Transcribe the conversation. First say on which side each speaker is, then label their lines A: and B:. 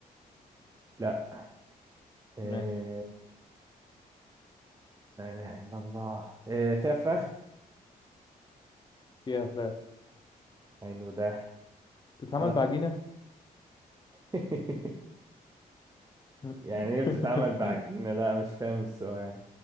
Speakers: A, on the right; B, on the left.
A: لا آه.
B: ماشي
A: لا إله إلا الله آه. فيها فراخ
B: فيها فراخ
A: حلو ده
B: بتتعمل
A: آه.
B: بعجينة
A: <laughs>
B: <laughs>
A: يعني ايه بتتعمل بعجينة لا مش فاهم السؤال